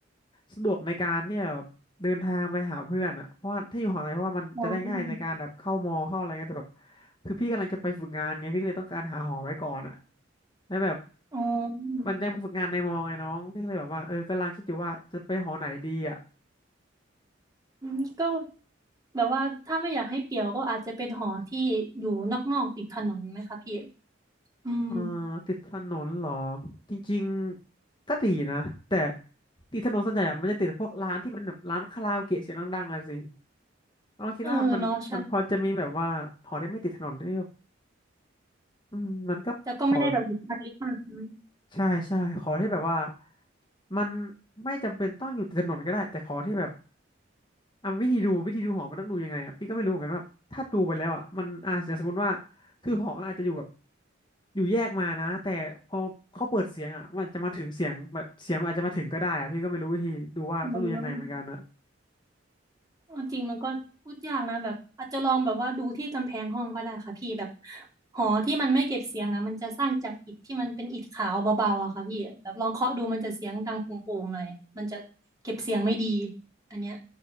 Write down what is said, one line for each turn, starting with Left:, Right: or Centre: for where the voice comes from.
Left: สะดวกในการที่จะแบบเดินทางไปหาเพื่อนอะเพราะว่าถ้าอยู่หอในเพราะว่ามันจะได้ง่ายในการแบบเข้ามอเข้าอะไรเงี้ยแต่แบบ
Right: อ๋อ
Left: คือพี่กำลังจะไปฝึกงานไงพี่ก็เลยต้องการหาหอไว้ก่อนอะแล้วแบบ
Right: อ๋อ
Left: มันจะฝึกงานในมอไงน้องพี่ก็เลยแบบว่าเออกำลังคิดอยู่ว่าจะไปหอไหนดีอ่ะ
Right: อืมก็แบบว่าถ้าไม่อยากให้เปลี่ยวก็อาจจะเป็นหอที่อยู่นอกๆติดถนนไหมคะพี่อืม
Left: อ่าติดถนนเหรอจริงๆก็ดีนะแต่ติดถนนส่วนใหญ่อะมันจะติดพวกร้านที่มันแบบร้านคาราโอเกะเสียงดังๆอะสิเราคิดว่ามันมันพอจะมีแบบว่าหอที่ไม่ติดถนนนี่แบบ
Right: เออเนาะใช่
Left: อืมมันก็พอ
Right: แต่ก็ไม่ได้แบบหยิบมันลึกมากใช่ไหม
Left: ใช่ใช่ขอที่แบบว่ามันไม่จำเป็นต้องอยู่ติดถนนก็ได้แต่ขอที่แบบ อ่ะวิธีดูวิธีดูหอมันต้องดูยังไงอ่ะพี่ก็ไม่รู้เหมือนกันว่าถ้าดูไปแล้วอ่ะมันอาจจะสมมติว่าคือหอมันอาจจะอยู่แบบอยู่แยกมานะแต่พอเขาเปิดเสียงอ่ะมันจะมาถึงเสียงแบบเสียงมันอาจจะมาถึงก็ได้อ่ะพี่ก็ไม่รู้วิธีดูว่าต้องดูยังไงเหมือนกันนะ
Right: อืมเอาจริงมันก็พูดยากนะแบบอาจจะลองแบบว่าดูที่กำแพงห้องก็ได้ค่ะพี่แบบหอที่มันไม่เก็บเสียงอ่ะมันจะสร้างจากอิฐที่มันเป็นอิฐขาวเบาๆอะค่ะพี่แบบลองเคาะดูมันจะเสียงดังโป่งๆหน่อยมันจะเก็บเสียงไม่ดีอันเนี้ย